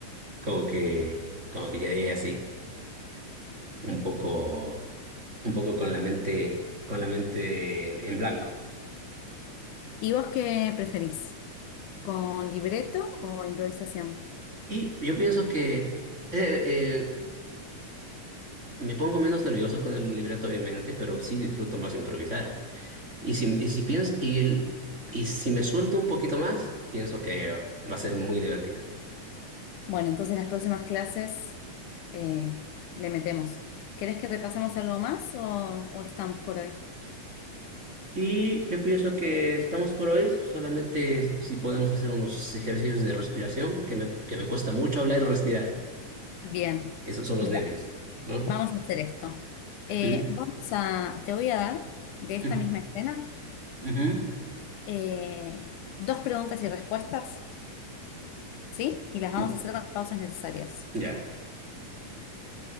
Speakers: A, on the right; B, on the left.
A: Como que,
B: Sí.
A: como que quedé así, un poco, un poco con la mente, con la mente en blanco.
B: ¿Y vos qué preferís? ¿Con libreto o improvisación?
A: Y yo pienso que eh, eh, me pongo menos nervioso con el libreto, obviamente, pero sí disfruto más improvisar. Y si, y si pienso, y, el- y si me suelto un poquito más, pienso que va a ser muy divertido.
B: Bueno, entonces en las próximas clases eh, le metemos. ¿Querés que repasemos algo más o, o estamos por hoy?
A: Y yo pienso que estamos por hoy, solamente si podemos hacer unos ejercicios de respiración, que me, que me cuesta mucho hablar y respirar.
B: Bien,
A: Esos son los
B: mira,
A: nervios, ¿no?
B: vamos a hacer esto. Eh,
A: Ujú,
B: vamos a, te voy a dar de esta
A: mm,
B: misma escena
A: ujú.
B: eh, dos preguntas y respuestas, ¿sí? Y las vamos
A: Mm,
B: a hacer con las pausas necesarias.
A: Ya,